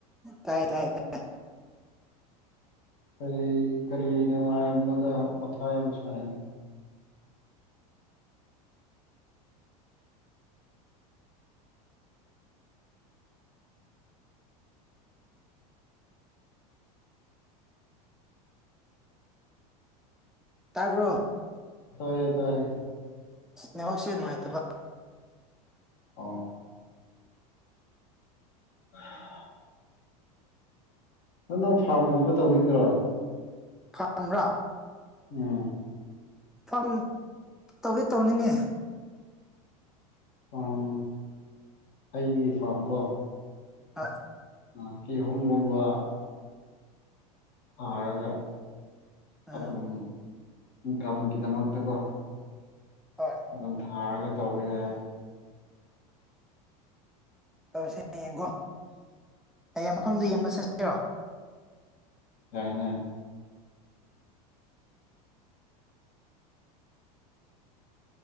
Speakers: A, in the centre; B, on the left (about 55°).
A: ꯇꯥꯏ ꯇꯥꯏ ꯇꯥꯏ
B: ꯀꯔꯤ ꯀꯔꯤ ꯅꯨꯡꯉꯥꯏꯕꯅꯗ ꯃꯊꯥ ꯌꯥꯝ ꯁꯥꯏ
A: ꯇꯄ
B: ꯇꯥꯏꯌꯦ ꯇꯥꯏꯌꯦ
A: ꯌꯥ ꯋꯥꯁꯤꯅꯨꯡꯥꯏꯕ
B: ꯑꯥ <unintelligible> ꯅ ꯅꯪ ꯐꯥꯔꯝꯒꯨꯝꯕ ꯇꯧꯅꯤꯡꯗ꯭ꯔꯣ
A: ꯊꯝ꯭ꯔꯥ
B: ꯎꯝ
A: ꯐꯝ ꯇꯧꯋꯤ ꯇꯧꯅꯤꯡꯉꯤ
B: ꯑꯥꯝ ꯑꯩꯒꯤ ꯐꯥꯝ ꯀꯣ
A: ꯍꯣꯏ
B: ꯑ ꯀ ꯍꯣꯨꯝꯒꯣꯕ ꯐꯒ
A: ꯎꯝ
B: ꯑꯗꯨ ꯑꯗꯨꯝ ꯏꯟꯀꯝꯒꯤꯗꯃꯛꯇꯀꯣ
A: ꯍꯣꯏ
B: ꯑꯗꯨꯝ ꯊꯥꯔꯒ ꯇꯧꯕ ꯌꯥꯏ
A: ꯇꯧꯁꯦꯌꯦꯡꯀꯣ ꯍꯌꯦꯡ ꯃꯐꯝꯗꯨꯣ ꯌꯦꯡꯕ ꯆꯠꯁꯤꯔꯣ
B: ꯀꯥꯏꯅꯦ